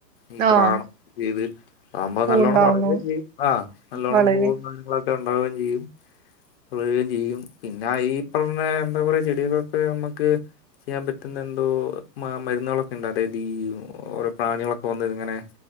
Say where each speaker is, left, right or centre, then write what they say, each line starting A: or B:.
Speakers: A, on the left (about 35°); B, on the right (about 50°).
A: ഈ പ്രാണം
B: ആഹ്
A: ചെയ്ത് അതാകുമ്പോ
B: പൂവുണ്ടാവുന്നു
A: നല്ലവോണം വളരുകേം ചെയ്യും ആ നല്ലോണ്ണം
B: വളരെ
A: പോ ഒക്കെ ഉണ്ടാവുകയും ചെയ്യും ളുകയും ചെയ്യും പിന്നെ ഈ പറഞ്ഞ എന്താ പറയാ ചെടികളൊക്കെ നമ്മുക്ക് ചെയ്യാൻ പറ്റുന്ന എന്തോ മരുന്നുകളൊക്കെ ഉണ്ട് അതായത് ഈ ഓരോ പ്രാണികളൊക്കെ വന്ന് ഇങ്ങനെ